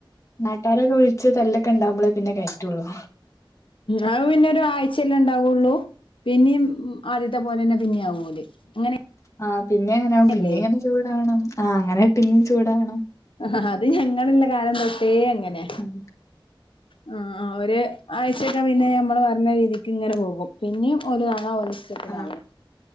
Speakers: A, on the left; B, on the left.
A: നാട്ടാരക്കെ വിളിച്ച് തല്ലൊക്കെ ഇണ്ടാവുമ്പോളേ പിന്നെ കെയറ്റൊള്ളൂ.
B: ആ അത് പിന്നൊരാഴ്ച്ചല്ലേ ഇണ്ടാവൊള്ളൂ പിന്നിം ആദ്യത്തെ പോലെന്നെ പിന്നിയാവും ഓല് അങ്ങനെ
A: ആ പിന്നിയങ്ങനാവും
B: അല്ലേ
A: പിന്നിം ഇങ്ങനെ ചൂടാവണം ആ അങ്ങനെ പിന്നിം ചൂടാവണം.
B: ആ അഹ് അത് ഞങ്ങള്ള്ള കാലം തൊട്ടേ അങ്ങനെ
A: ഉം
B: ആ അവര് ആ ആഴ്ച്ചക്കെ പിന്നെ നമ്മള് പറഞ്ഞ രീതിക്ക്ങ്ങനെ പോകും പിന്നിം ഓല് കാണ ഓലെഷ്ട്ടത്തിന്
A: ആ
B: ആവണ്.